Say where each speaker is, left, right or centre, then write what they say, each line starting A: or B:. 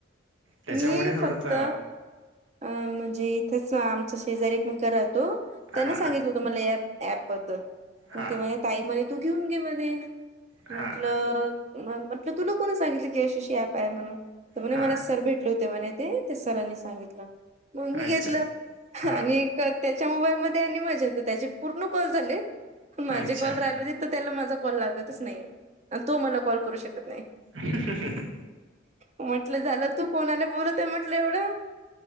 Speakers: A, on the right (about 80°); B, on the right (about 35°).
A: त्याच्यामुळे
B: मी
A: थोडस
B: फक्त अ म्हणजे इथंच आमच्या शेजारी एकमेका राहतो त्यांना
A: हां
B: सांगितलं होतो मला या ऍप बद्दलग
A: हां
B: ते म्ह ताई मध्ये तू घेऊन घे मध्ये म्हटलं
A: हां
B: म्हटलं तुला कोणा सांगितलं की यशशी ऍप आहे म्हणून तर म्हणे
A: हां
B: मला सर भेट ल तेव्हा ते ते सरांनी सांगितलं मग मी
A: अच्छा
B: घेतलं
A: हां
B: आणि त्यांच्या मोबाईलमध्ये आणि <inaudible> पूर्ण कॉल झाले माझे
A: अच्छा
B: कॉल राहिल होते तर त्याला माझा कॉल लागतच नाही तो मला कॉल करू शकत नाही
A: ह ह ह ह
B: म्हंटलं झालं तू कोणाला बोलत आहे म्हटलं एवढं